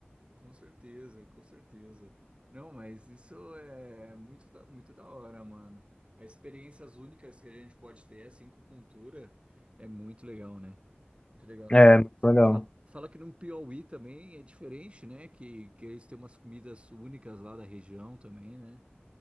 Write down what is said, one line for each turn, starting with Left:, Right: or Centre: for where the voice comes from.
Right: Com certeza, com certeza. Não, mas isso é muito da, muito da hora, mano. As experiências únicas que a gente pode ter, assim, com cultura, é muito legal, né? Muito legal.
Left: É, muito
Right: F-
Left: legal.
Right: Fala, fala que no Piauí também é diferente, né? Que, que eles têm umas comidas únicas lá da região também, né?